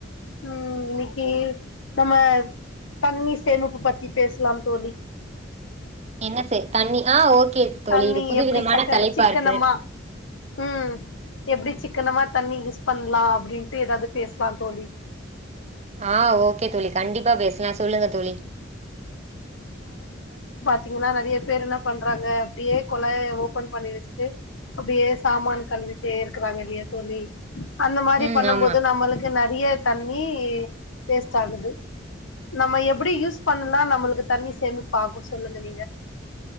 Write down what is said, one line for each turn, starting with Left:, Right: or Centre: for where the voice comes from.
Left: ம் இன்னைக்கு நம்ம தண்ணி சேமிப்பு பத்தி பேசலாம் தோழி
Right: என்ன சே தண்ணி ஆ ஓகே தோழி
Left: தண்ணி
Right: இது புதுவிதமான
Left: எப்பிடி சக்க
Right: தலைப்பா
Left: சிக்கனம்மா
Right: இருக்கு
Left: ம் எப்டி சிக் சிக்கனமா தண்ணி யூஸ் பண்ணலாம் அப்பிடின்ட்டு ஏதாவது பேசலாம் தோழி
Right: ஆ ஓகே தோழி கண்டிப்பா பேசலா சொல்லுங்க தோழி
Left: பாத்தீங்கின்னா நெறைய பேர் என்ன பண்றாங்க அப்பிடியே கொலய ஓபன் பண்ணி வச்சுட்டு அப்பிடியே சாமான் கலிவிட்டே இருக்கிறாங்க இல்லயா தோழி அந்த மாரி
Right: ம்
Left: பண்ணு
Right: ஆமா
Left: போது நம்பளுக்கு நெறைய தண்ணி வேஸ்டா ஆகுது நம்ம எப்டி யூஸ் பண்ணுனா நம்பளுக்கு தண்ணி சேமிப்பாகும் சொல்லுங்க நீங்க